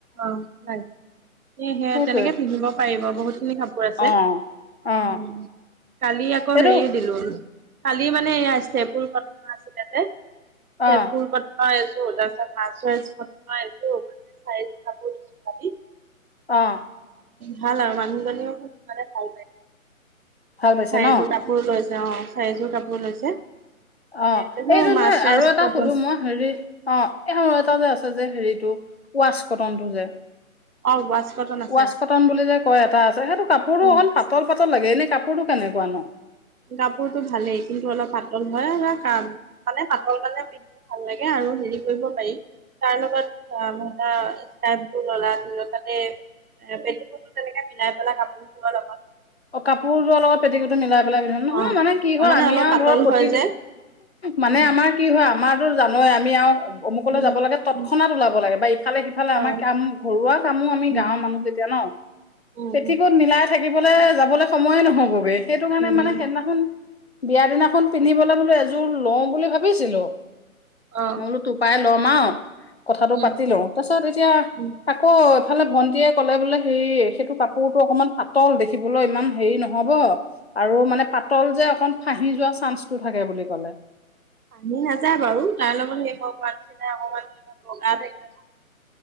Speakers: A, on the right; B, on the left.
A: অ নাই। সেয়হে
B: সেইটোৱে
A: তেনেকে পিন্ধিব পাৰিব বহুত খিনি কাপোৰ আছে,
B: অ অ
A: উ কালি আকৌ
B: এইটো
A: হেৰি দিলো কালি মানে এই ইষ্টে পুল কথনা আছিলে যে চেপুৰ
B: অ
A: ক'ত ই এযোৰ তাৰপিছত মাছ আছই ইচপতিংৰ এযোৰ মানে চাই কাপোৰ কাটি
B: অ
A: ভাল আৰু মানুহজনীও খালে ভাল পাই।
B: ভাল পাইছে
A: চাৰিযোৰ
B: ন
A: কাপোৰ লৈছে, অ চাৰিযোৰ কাপোৰ লৈছে।
B: অ
A: এ এইযোৰ
B: এইযোনটো
A: মাৰ্চাৰাইজ
B: আৰু এটা
A: কটন
B: সুধো মই হেৰি অঁ এই আৰু এটা যে আছে যে হেৰিটো ৱাচ কটনটো যে।
A: অ ৱাছ কটন আছে
B: ওৱাচ
A: আছে
B: কটন বুলি যে কয় এটা আছে সেইটো কাপোৰটো
A: উম
B: ইমান পা পাতল পাতল লাগে এনেই কাপোৰটো কেনেকুৱা ন?
A: কাপোৰতটো ভালেই কিন্তু অলপ পাতল হয় মানে কামৰ কাৰণে পিন্ধ ভাল লাগে আৰু হেৰি কৰিব পাৰি। তাৰ লগতই এ <unintelligible> ষ্ট্পোৰ ললা ধৰ তাতে এ পেটিকোট টো তেনেকে মিলাই পেলাই কাপোৰটোৰৰ লগত
B: অ কাপোৰৰ তলত পেটিকতো মিলাই পেলাই নহয়
A: অ
B: মানে কি
A: অ
B: হয়
A: মানে
B: আমি
A: অলপ
B: আৰু
A: পাতল
B: ধৰ প্ৰতি
A: হয় যে
B: মানে
A: উম
B: আমাৰ কি হয় আমাৰো জানয়ে আমি আৰু অমুকলৈ
A: উম
B: যাব লাগে তৎক্ষণাত
A: উম
B: ওলাব লাগে বা ইফালে সিফালে আমাৰ
A: অ
B: কাম ঘৰুৱা কামো আমি
A: উম
B: গাঁৱৰ মানুহ যেতিয়া ন
A: উম
B: পেটিকোত মিলাই থাকিবলৈ যাবলৈ সময়ে নহবগে সেইটো কাৰণে
A: উম
B: মানে
A: উম
B: সেইদিনাখন বিয়া দিনাখন পিন্ধিবলৈ বোলো এযোৰ লওঁ বুলি ভাবিছিলোঁ।
A: অ
B: মই বোলো পাই ল'ম আৰু কথাটো
A: উম,
B: পাতি লওঁ তাৰ পিছত এতিয়া
A: উম,
B: আকৌ এফালে ভন্টিয়ে কলে বোলে হে সেইটো কাপোৰতটো অকমান পাতল দেখিবলৈ ইমান হেৰি নহ'ব। আৰু মানে পাতল যে অক ফাহি যোৱা চান্সটো থাকে বুলি ক'লে।
A: পানী নাযায় বাৰু তাৰ লগত সেইব পানছিলে অকনমান বগা থাকিলে